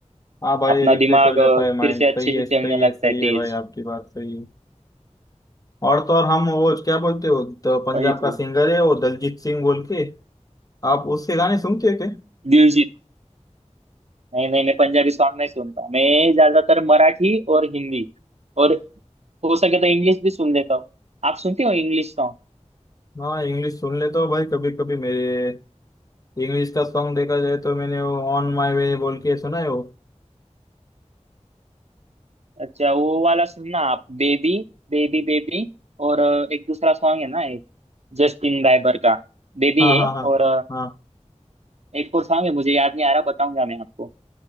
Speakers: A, on the left; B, on the right.
A: हाँ भाई
B: अपना
A: रिफ्रेश
B: दिमाग
A: हो जाता
B: अ,
A: है माइंड
B: फिर से अच्छे
A: सही
B: से
A: है
B: चलने
A: सही
B: लगता
A: है सही
B: है
A: है
B: तेज
A: भाई आपकी बात सही है और तो और हम वो क्या बोलते हो तो पंजाब
B: वही तो
A: का सिंगर है वो दलजीत सिंह बोल के आप उसके गाने सुनते हो क्या
B: दिलजीत नहीं नहीं मैं पंजाबी सॉन्ग नहीं सुनता मैं ज्यादातर मराठी और हिंदी और हो सके तो इंग्लिश भी सुन लेता हूँ आप सुनते हो इंग्लिश सॉन्ग
A: हाँ इंग्लिश सुन लेता हूँ भाई कभी कभी मेरे इंग्लिश का सॉन्ग देखा जाए तो मैंने वो ऑन माई वे बोल के सुना है वो
B: अच्छा वो वाला सुनना आप बेबी बेबी बेबी और अ, एक दूसरा सॉन्ग है ना एक जस्टिन बाइबर का बेबी
A: हाँ
B: है
A: हाँ हाँ
B: और
A: हाँ
B: एक और सॉन्ग है मुझे याद नहीं आ रहा बताऊंगा मैं आपको